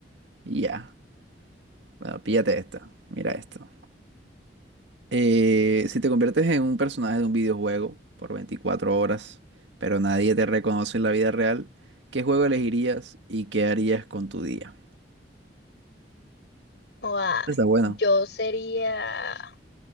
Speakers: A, on the right; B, on the left.
A: Y ya. Bueno, píllate esta. Mira esto. Eh, si te conviertes en un personaje de un videojuego por 24 horas, pero nadie te reconoce en la vida real, ¿qué juego elegirías y qué harías con tu día?
B: o joda,
A: Está bueno.
B: yo sería